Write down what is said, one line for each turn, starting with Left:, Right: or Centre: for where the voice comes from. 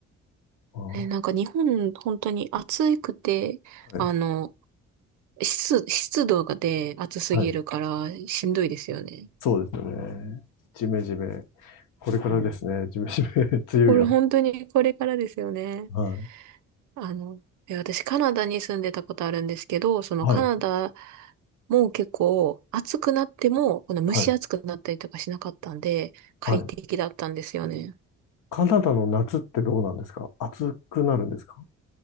Left: ああ、
Right: え、
Left: は
Right: なんか日本、本当に暑くて、
Left: い。
Right: あの、湿、湿度がで暑すぎるからしんどいですよね。
Left: はい。そうですね。ジメジメ。これからですね。
Right: うん
Left: ジメジメ、<laughs> 梅雨が。
Right: これ本当にこれからですよね。
Left: はい。
Right: あの、え、私カナダに住んでたことあるんですけど、そのカナダ
Left: はい。
Right: も結構暑くなっても、この蒸し暑くなったりとかしなかったんで、
Left: はい。
Right: 快適だったんですよね。
Left: はい。カナダの夏ってどうなんですか暑くなるんですか